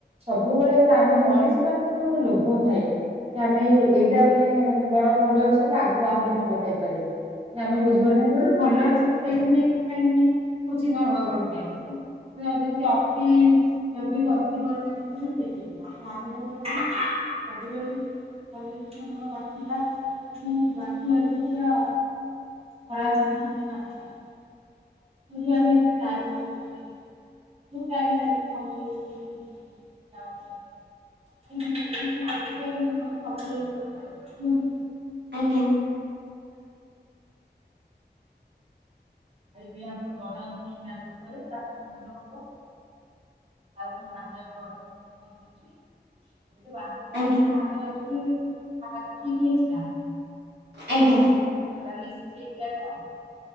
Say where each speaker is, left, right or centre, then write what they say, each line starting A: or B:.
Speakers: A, on the right; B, on the right.
A: ସବୁବେଳେ ମାନେ ଆମେ ମଣିଷର ଆକ୍ଚୁଲି ଗୋଟେ ଲୋଭ ଥାଏ। କି ଆମେ ଏଇଟା ମାନେ ମାନେ ବଡ ଭଲ ଅଛି ମାନେ, ଆଗକୁ ଆହୁରି ଭଲ ଥାଇପାରେ। ନା ଆମେ ବୁଝିପାରୁନା, ଯୋଉଟା ଭଲ ଅଛି ତ ସେଇଠି ନେଇକି କାହିଁକି କୋଚିନ ହବା କଣ ପାଇଁ। ମେ ଯେମତି ଆତି ଜଦୀ ତନ୍ତି ମରଣ ହୁଏ ସେଇଥିପାଇଁ। ତ ଆମେ କଣ କହିଲୁ, ସବୁବେଳେ ଭ ଲ, ବାଛିଲା ମୁ ବାଛି ବାଛି ପୁରା <unintelligible> କୋଉଠୁ ଆମେ ଏତେ ଟାଇମ୍ ଦବୁ ମାନେ ବୋହୁତ୍ ଟାଇମ୍ ଲାଗୁଛି ଯାଉ <unintelligible>
B: ଆଜ୍ଞା।
A: ଆ ଏବେ ଆମର ବଡ ଭାଇ ମ୍ୟାରେଜ୍ ପରେ ତା ପରେ ମୋର ହବ। ତା ପରେ ମୋ ସାନ <unintelligible> ଅଛି। ଏବେଠୁ ବାହଘର ଚାଲିଲା।
B: ଆଜ୍ଞା
A: ଆମର ଆକ୍ଚୁଆଲି ବାହାଘର ଠିକ୍ ହେଇଥିଲା
B: ଆଜ୍ଞା।
A: ପାରଲିଶିସ୍ ହେଇଥିଲା ତ